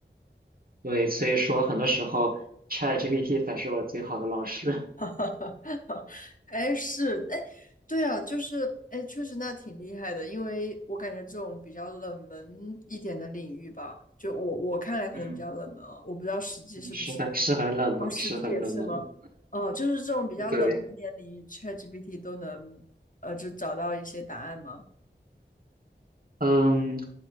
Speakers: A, on the right; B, on the left.
A: 对，所以说很多时候 ChatGPT 才是我最好的老师。<laughs>
B: <laughs> 哎，是，哎，对啊，就是，哎，确实那挺厉害的，因为我感觉这种比较冷门一点的领域吧，就我我看来可能比较冷门啊，
A: 嗯
B: 我不知道实际是不是，
A: 嗯，是很是很冷门，
B: 哦，实际也是吗？
A: 是很冷门的。
B: 哦，就是这种比较冷门一点领域，ChatGPT
A: 对，
B: 都能，呃，就找到一些答案吗？
A: 嗯，